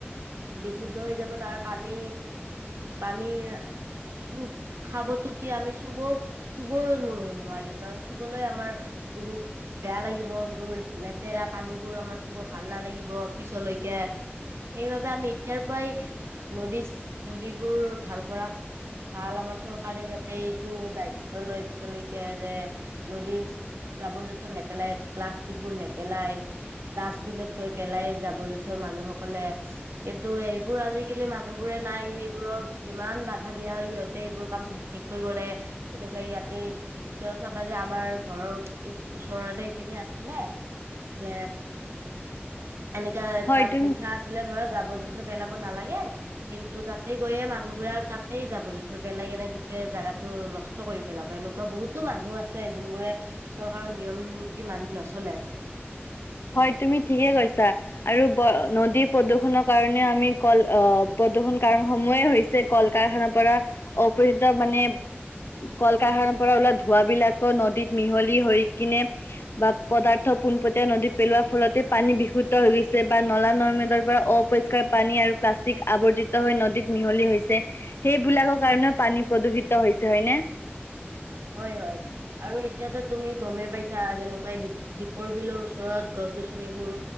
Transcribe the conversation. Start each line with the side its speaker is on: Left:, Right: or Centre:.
Right: বিশুদ্ধ হৈ যাব তাৰ পানী পানী চুব খাবতো কি আমি চুব চুবও- নো-নোৱাৰিম কাৰণ চুবলৈ আমাৰ বহুত বেয়া লাগিব, সেইবোৰ লেতেৰা পানীবোৰ আমাৰ চুব ভাল নালাগিব পিছলৈকে। সেইবাবে আমি এতিয়াৰ পৰাই নদীচ-নদীবোৰ ভাল কৰা ভাল আমাৰ চৰকাৰে যাতে এইটো দায়িত্ব লয় পিছলকে যে নদীৰ জাবৰ জোথৰ নেপেলাই, প্লাষ্টিকবোৰ নেপেলাই, ডাষ্টবিনত গৈ পেলাই জাবৰ জোথৰ মানুহক কলে কিন্তু এইবোৰ আজিকালি মানুহ বোৰে নাই সেইবোৰক যিমান দিয়া হয় সিহঁতে এইবোৰ কাম বিশেষকৈ গলে তেনেকুৱা ইয়াতে এতিয়াও চাবা যে আমাৰ ঘৰৰ পিছ ওচৰলে ইপিনে আছিলে যে এনেকাে
Left: হয়
Right: তাত
Left: তুমি
Right: লিখা আছিলে ধৰা যাব। জবৰ জোথৰ পেলাব নালাগে কিন্তু তাতে গৈয়ে মানুহবোৰ আৰু তাত গোটই যাবলৈ ধৈ পেলাই কেনে গোটেই জেগাতো নষ্ট কৰি পেলাব এনেকুৱা বহুতো মানুহ আছে যোনবোৰে চৰকাৰৰ নিয়ম নীতি মানি নচলে,
Left: হয় তুমি ঠিকে কৈছা আৰু নদী প্ৰদূৰনৰৰ কাৰণেও আমি কল আহ প্ৰদূৰ্ষণ কাৰণ সমূয়ে হৈছে কল কাৰখানাৰ পৰা অপচিত মানে কল কাৰখানাৰ পৰা ওলা ধোঁৱাবলাকো নদীত মিহলি হৈ কিনে বা পদাৰ্থ পোনপটীয়া নদীত পেলোৱা ফলতে পানী বিশুদ্ধ হৈ গৈছে বা নলা নৰ্মেদৰ পৰা অপৰিষ্কাৰ পানী আৰু প্লাষ্টিক আৱৰ্জিত হৈ নদীত মিহলি হৈছে সেইবিলাকৰ কাৰণেও পানী প্ৰদূষিত হৈছে হয়নে?
Right: হয় হয় আৰু এতিয়াতো তুমি গমেই পাইছা যেনেকুৱাই দীপৰ বিলৰ ওচৰত গছ গছনিবোৰ